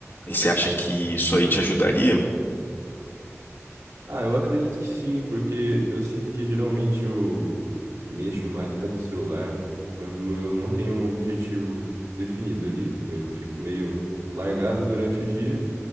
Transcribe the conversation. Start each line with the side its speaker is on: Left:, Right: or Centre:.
Left: E você acha que isso
Right: Hum.
Left: aí te ajudaria?
Right: Ah, eu acredito que sim, porque eu sinto que geralmente eu mexo mais no celular quando eu não tenho um objetivo definido ali. Eu fico meio largado durante o dia